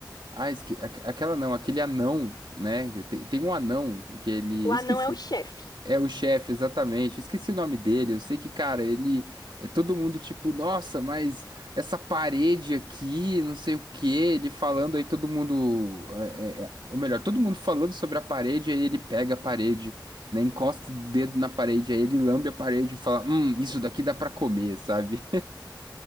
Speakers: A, on the right; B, on the left.
A: ah, esque, aqu- aquela não, aquele anão, né? Tem, tem um anão que ele,
B: O anão
A: esqueci.
B: é o chefe.
A: É o chefe, exatamente. Eu esqueci o nome dele. Eu sei que, cara, ele é todo mundo tipo, nossa, mas essa parede aqui, não sei o quê. Ele falando, aí todo mundo, é, é, é, ou melhor, todo mundo falando sobre a parede, aí ele pega a parede, né, encosta o dedo na parede, aí ele lambe a parede e fala, hum, isso daqui dá pra comer, sabe?